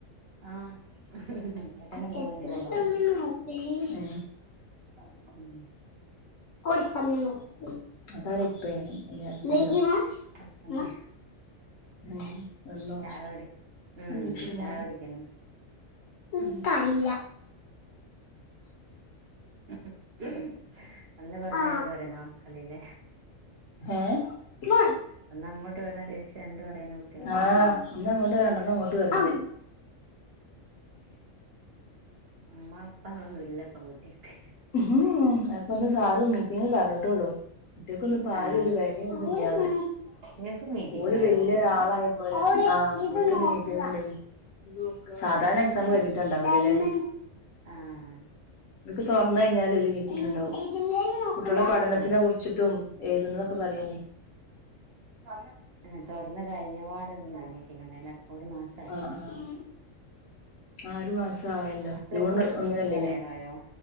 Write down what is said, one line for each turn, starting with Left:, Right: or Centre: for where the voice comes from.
Right: ആഹ്. <inaudible>
Left: എത്രയാ
Right: വന്നിട്ട്
Left: സമയം
Right: കൊണ്ടോവും
Left: <unintelligible> ആഹ്
Right: <unintelligible> ഹ്മ്മ്
Left: കൂടി സമയം നോക്കണം അതാര് ട്രൈൻ <unintelligible> ഇതോക്കി ഇമ്മാ
Right: ഹസ്ബന്റ്
Left: ഇമ്മാ ഹ്മ്മ് വന്നോ
Right: ചായ കുടി ഉം
Left: ആ ലൈറ്റ്ട്
Right: ചായ
Left: മോളേ
Right: കുടിക്കുന്നു
Left: ഇൻക്കറിയൂലാ
Right: <inaudible> ഒന്ന് പർഞ്ഞാ
Left: ആ
Right: രണ്ട് പറയ്ണ മക്കള്ലെ
Left: ഏഹ്, ഇമ്മാ
Right: ഒന്ന് അങ്ങോട്ട് പർഞ്ഞാ തിരിച്ച് രണ്ട് പറയ്ണ മ
Left: ആഹ് ഒന്ന് അങ്ങോട്ട് പറഞ്ഞാ രണ്ടണ്ണം ഇങ്ങോട്ട് പറയും ഇത്
Right: ഇമ്മ ഇപ്പ അതൊന്നും ഇല്ലപ്പം കുട്ട്യോൾക്ക്
Left: അത് ഇപ്പന്ന് സാറ് മീറ്റിംങ്ങിൽ പർഞ്ഞ്ട്ടൊള്ളു കുട്ട്യേക്കൊന്നും ഇപ്പാരിം
Right: ആഹ്
Left: ഒര് വെലിം ഒന്നും ഇല്ലാന്ന്
Right: നിങ്ങക്ക് മീറ്റിങ്ങോയോ
Left: ഓല് വല്യ ഒരാളായ ഒവ്ടെ ഇത് നോക്കാ ആഹ് ഓൽക്ക്ന്ന് മീറ്റിംങ്ങ് ഇണ്ടായിനി, എന്ത് നോക്കാ സാധാരണ
Right: അത്
Left: എക്സാംമ്
Right: ശരി
Left: കഴിഞ്ഞ്ട്ടാ ഇണ്ടാവല് ലെ, ടൈമ്
Right: ആഹ്.
Left: തൊർന്നയ്ഞ്ഞാല് ഒര് മീറ്റിങ്ങ് ഇണ്ടാവും ഇതിമലാ നോക്ക്ണെ, കുട്ടികളെ പഠനത്തിനെ
Right: ആഹ്
Left: കുറിച്ചിട്ടും എഴുതുന്നതൊക്കെ പറയാനേ
Right: <unintelligible> ഹ്മ്മ്, തൊർന്ന് കഴിഞ്ഞ പാടൊരു മീറ്റിങ്ങ് ഇണ്ടായിനിലെ ഒരു മാസം
Left: ആഹ് ആഹ്. ആഹ് ഒരു മാസായല്ലോ
Right: അപ്പളേക്കും
Left: ജൂണ്
Right: കുട്ടികളെ
Left: ഒന്നിനല്ലേനോ
Right: വിട്ട് പറയാനായോ